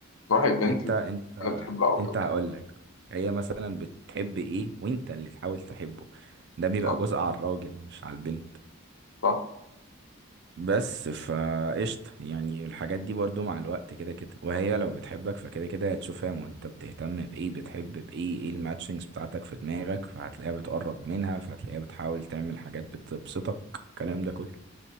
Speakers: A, on the left; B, on the right.
A: تروح ايفنت
B: انت انت
A: انا بتحب العربيات
B: انت هقول لك هي مثلا بتحب ايه وانت اللي تحاول تحبه ده بيبقى
A: صح
B: جزء على الراجل مش على البنت
A: صح
B: بس فقشطة يعني الحاجات دي برضو مع الوقت كده كده وهي لو بتحبك فكده كده هتشوفها وانت بتهتم بايه بتحب بايه ايه الماتشنجز بتاعتك في دماغك فهتلاقيها بتقرب منها فهتلاقيها بتحاول تعمل حاجات بتبسطك الكلام ده كله